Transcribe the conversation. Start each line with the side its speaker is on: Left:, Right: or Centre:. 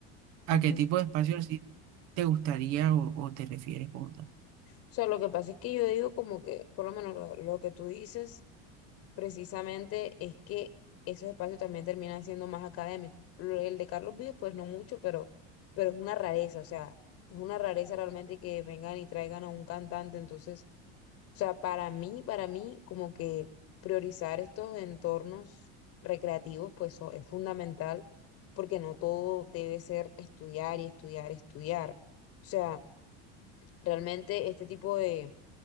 Right: a
Left: Ujú.
Right: qué tipo
Left: O
Right: de espacio así te gustaría o, o te refieres como tal.
Left: sea, lo que pasa es que yo digo como que, por lo menos lo, lo que tú dices precisamente es que esos espacios también terminan siendo más académicos. Lo- El de Carlos Vives, pues no mucho, pero, pero es una rareza, o sea, es una rareza realmente que vengan y traigan a un cantante. Entonces, O sea, para mí, para mí, como que priorizar estos entornos recreativos, pues so- es fundamental, porque no todo debe ser estudiar y estudiar, estudiar. O sea, realmente este tipo de,